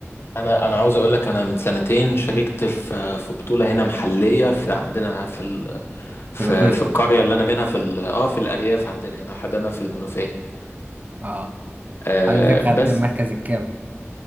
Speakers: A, on the left; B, on the right.
A: انا انا عاوز اقول لك انا من سنتين شاركت في في بطوله هنا محليه في عندنا في ال... في
B: في الغيط
A: في القريه اللي انا منها في ال... اه في الارياف عندنا هنا حدانا في المنوفيه
B: اه
A: آه
B: حضرتك
A: بس
B: خدت المركز الكام